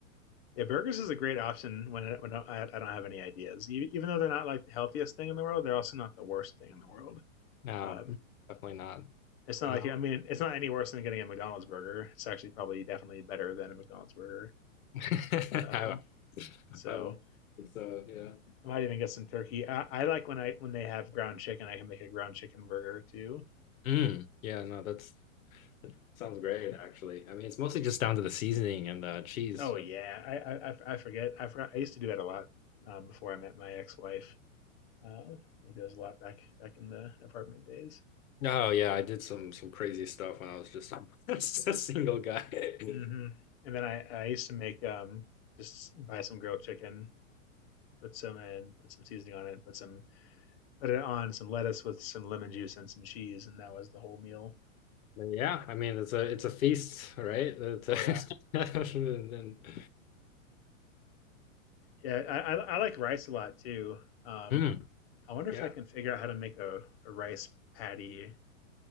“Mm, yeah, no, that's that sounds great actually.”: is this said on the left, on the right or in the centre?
Left